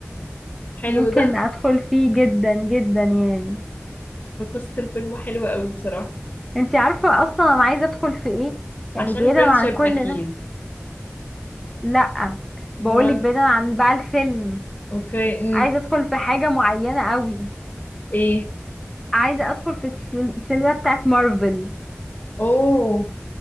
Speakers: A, on the left; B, in the centre.
A: حلو
B: ممكن
A: ده
B: ادخل فيه جدا جدا يعني
A: قصه الفيلم حلوه قوي بصراحه
B: انتي عارفة اصلا انا عايزة ادخل في ايه يعني
A: عشان
B: بعيدا
A: الفرنشيب
B: عن كل
A: اكيد
B: ده لا
A: امال
B: بقولك بعيدا عن بقى الفيلم
A: اوكي امم
B: عايزة ادخل في حاجة معينة قوي
A: ايه
B: عايزة ادخل في السل- السلسلة بتاعت مارفل
A: اوه